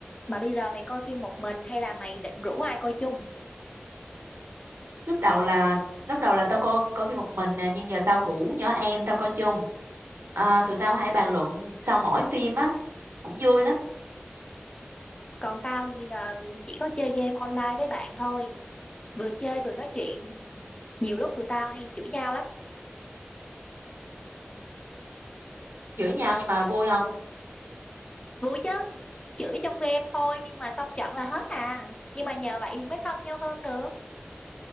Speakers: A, on the left; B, on the right.
A: Mà bây giờ mày coi phim một mình hay là mày định rủ ai coi chung?
B: lúc đầu là lúc đầu là tao coi coi phim một mình nè nhưng giờ tao rủ nhỏ em tao coi chung à, tụi tao hay bàn luận sau mỗi phim á cũng vui lắm
A: Còn tao thì bây giờ chỉ có chơi game online với bạn thôi. vừa chơi vừa nói chuyện nhiều lúc tụi tao hay chửi nhau lắm
B: chửi nhau nhưng mà vui không
A: vui chứ chửi trong game thôi nhưng mà xong trận là hết à nhưng mà nhờ vậy thì mới thân nhau hơn được